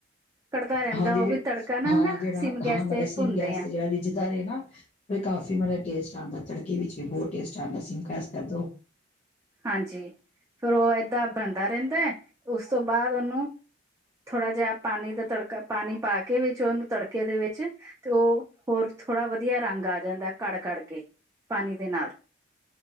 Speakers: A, on the right; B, on the left.
A: ਕੜਦਾ ਰਹਿੰਦਾ
B: ਹਾਂਜੀ
A: ਉਹ ਵੀ ਤੜਕਾ ਨਾ
B: ਹਾਂ
A: ਨਾ
B: ਜਿਹੜਾ
A: ਸਿਮ ਗੈਸ
B: ਹਾਂ ਮਲਸੀਅਮ
A: ਤੇ ਭੁੰਨਦੇ
B: ਗੈਸ
A: ਆ
B: ਤੇ ਜਿਹੜਾ ਲ ਦਾ ਰਹੇਗਾ ਨਾ ਕਾਫੀ ਮਤਲਬ ਟੇਸਟ ਆਉਂਦਾ ਤੜਕੇ ਵਿੱਚ ਵੀ ਬਹੁਤ ਟੇਸਟ ਆਉਂਦਾ ਮੈਸ ਕਰਦੋ
A: ਹਾਂਜੀ ਫਿਰ ਉਹ ਏਦਾਂ ਬਣਦਾ ਰਹਿੰਦਾ ਹੈ ਉਸ ਤੋਂ ਬਾਅਦ ਉਹਨੂੰ ਥੋੜ੍ਹਾ ਜਿਹਾ ਪਾਣੀ ਦਾ ਤੜਕਾ ਪਾਣੀ ਪਾ ਕੇ ਵਿੱਚ ਉਹਨੂੰ ਤੜਕੇ ਦੇ ਵਿੱਚ ਤੇ ਉਹ ਹੋਰ ਥੋੜ੍ਹਾ ਵਧੀਆ ਰੰਗ ਆ ਜਾਂਦਾ ਕੜ ਕੜ ਕੇ ਪਾਣੀ ਦੇ ਨਾਲ